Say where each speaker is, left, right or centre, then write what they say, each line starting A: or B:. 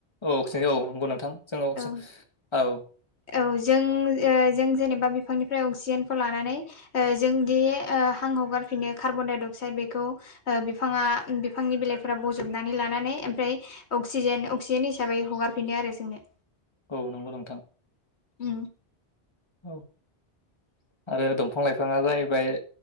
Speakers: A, on the left (about 25°); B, on the left (about 80°).
A: औ अक्साइड औ नंगौ नोंथां जोङो
B: औ
A: औ
B: औ जों जों जेनेबा बिफांनिफ्राय अक्सिजेनखौ लानानै जोंदि हां हगारफिनो कार्बन डाइ अक्साइद बेखौ बिफाङा बिफांनि बिलाइफोरा बजबनानै लानानै ओमफ्राय अक्सिजेन अक्सिजेन हिसाबै हगारफिनो आरो जोंनो
A: औ नंगौ नोंथां
B: उ
A: औ
B: <inaudible>
A: आरो दंफां लाइफाङा जाहैबाय